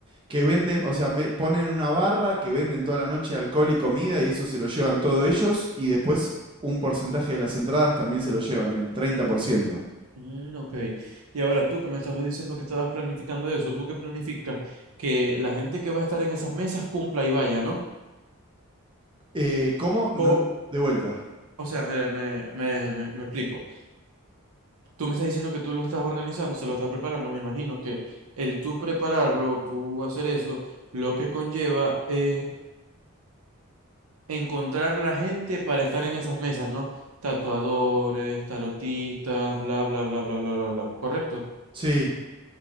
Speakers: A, on the right; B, on the right.
A: que venden, o sea, me ponen una barra que venden toda la noche alcohol y comida y eso se lo llevan todos ellos y después un porcentaje de las entradas también se lo llevan, el 30%.
B: Mm, ok. Y ahora tú que me estabas diciendo que estabas planificando eso, ¿tú qué planificas? Que la gente que va a estar en esas mesas cumpla y vaya, ¿no?
A: Eh, ¿Cómo? No
B: O,
A: ent- De vuelta.
B: o sea, me, me, me, me, me explico. Tú me estás diciendo que tú lo estás organizando, se lo estás preparando, me imagino que el tú prepararlo, tú hacer eso, lo que conlleva es encontrar la gente para estar en esas mesas, ¿no? Tatuadores, tarotistas, bla, bla, bla, bla, bla, bla, bla. ¿Correcto?
A: Sí.